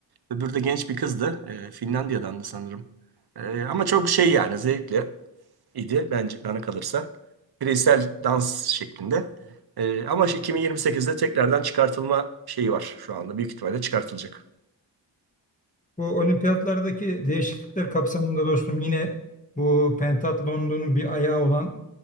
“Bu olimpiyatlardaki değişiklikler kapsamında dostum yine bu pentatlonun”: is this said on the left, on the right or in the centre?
Left